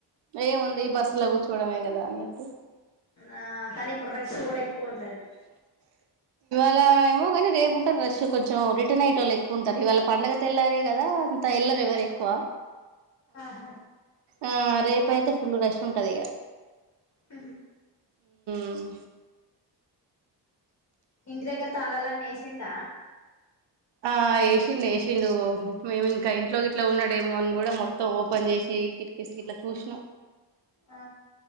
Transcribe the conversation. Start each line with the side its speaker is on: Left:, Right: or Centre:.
Right: ఏముంది బస్సు లో కూర్చోడమే కదా అన్నట్టు
Left: ఆ కానీ ఇప్పుడు రష్ కూడా ఎక్కువుంటది
Right: ఇలా ఏమో కానీ రేపు ఉంటది రష్ కొంచెం రిటర్న్ అయ్యేటో లేె ఎక్కువ ఉంటారు ఇవాళ పండగ తెల్లారే కదా అంత ఎళ్లరేవరేక్ తక్కువ
Left: ఆహా
Right: ఆ రేపైతే ఫుల్ రష్ ఉంటది ఇగ
Left: హ
Right: హ్మ్
Left: ఇంటి దగ్గర తాళాలని ఎసిండ
Right: ఆ ఎసిండు ఏసిండు మేము ఇంక ఇంట్లో ఇట్లా ఉన్నాడేమో అని కూడా మొత్తం ఓపెన్ జేసి ది కిట్ కిస్ లో ఇట్ల చూసిన
Left: ఆ